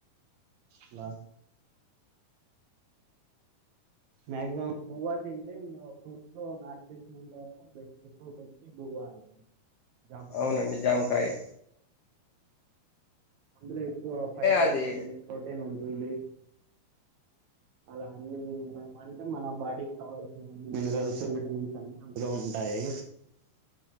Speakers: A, on the right; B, on the left.
A: ల మాక్సిమం గుోవా తింటే ఇం ఫ్రూట్స్ లో నాకు తెలిసినంత వరకు బెస్ట్ ఫ్రూట్ వచ్చి గువా అండి జామకాయ
B: అవునండి జామకాయి
A: అందులో ఎక్కువ ఫైబర్
B: అది
A: ఉంటుంది ప్రోటీన్ ఉ ఉలి అలా హన్న అంటే మన బాడీకి కావాల్సిన మినరల్స్ విటమిన్స్ అన్ని అందులో ఉంటాయి